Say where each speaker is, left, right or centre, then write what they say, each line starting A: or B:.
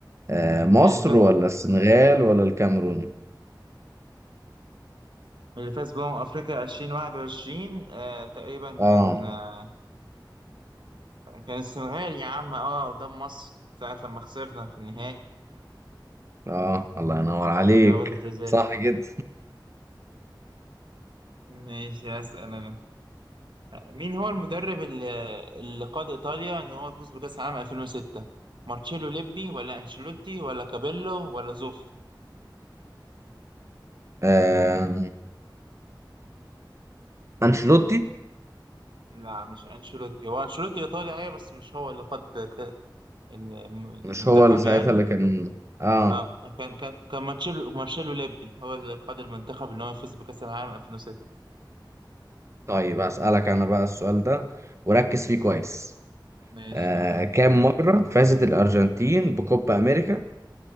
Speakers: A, on the right (about 35°); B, on the right (about 75°).
A: آه مصر
B: اللي فاز
A: ولا السنغال ولا الكاميرون
B: اللي فاز بأمم أفريقيا 2021 آه تقريبا
A: اه
B: كان آه كان السنغال يا عم اه قدام مصر ساعة لما خسرنا في النهائي
A: اه الله ينور عليك
B: في ضربات الجزاء
A: صح جدا
B: ماشي أسأل أنا مين هو المدرب اللي اللي قاد إيطاليا إن هو يفوز بكأس العالم 2006 مارتشيلو ليبي ولا أنشيلوتي ولا كابيلو ولا زوف
A: <laughs> آه انشيلوتي
B: لا مش أنشيلوتي هو أنشيلوتي إيطالي أيوة بس مش هو اللي قاد ك- الم- المنتخب
A: مش هو اللي ساعتها
B: يعني
A: اللي كان اه
B: آه كان كان كان مارتشيلو مارشيلو ليبي هو اللي قاد المنتخب إن هو يفوز بكأس العالم 2006
A: طيب أسألك أنا بقى السؤال ده وركز فيه كويس
B: مم، ماشي
A: آه
B: تمام
A: كام مرة فازت الأرجنتين بكوبا أمريكا